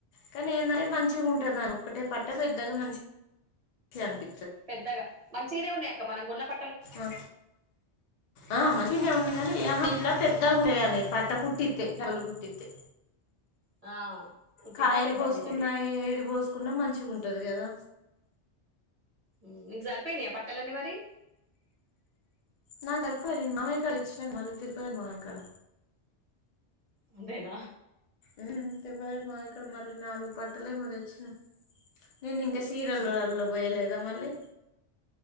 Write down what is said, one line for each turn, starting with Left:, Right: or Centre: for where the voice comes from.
Left: కానీ ఏందంటే మన్ చిగా ఉంటది ఆ ఒక్కటే పట్ట పెద్దగా మంచిగన్పి
Right: పెద్దగా మంచిగనే ఉన్నయి కి మనం గొన్న ప
Left: అ ఆ మంచిగనే ఉన్ని గాని యహా ఇట్ల పెద్దగుంటయి అనే పట్ట కుట్టిత్తే డబల్ <inaudible> టిత్తి
Right: ఆ కుట్టిత్తే
Left: కాయలు
Right: పెద్దగా
Left: పోసుకున్నా
Right: ఉంటది
Left: ఏది పోసుకున్నా మంచిగుంటది గదా
Right: ఊ నీకు సరిపోయినయా పట్టలన్నీ మరి
Left: నాకు సరిపోలే నేను మామయ్య కాడ తెచ్చినా కదా తిరుపతి మామయ్య కాడ
Right: ఉండేనా
Left: ఉం తిరుపతి పక్కన మల్ల నాలుగు ప పట్టలేమో తెచ్చినం నేను ఇంకా సీరియల్లోల
Right: ఆహా
Left: లో పోయలేదా మళ్ళీ